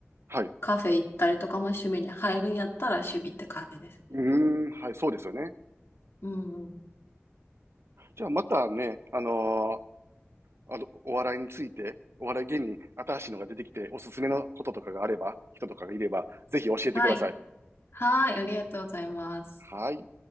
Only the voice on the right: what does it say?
はい。
うーん。はい。そうですよね。
じゃあまたね、あのーあの、お笑いについて、お笑い芸人、新しいのが出てきて、おすすめのこととかがあれば、人とかがいれば、ぜひ教えてください。
はい。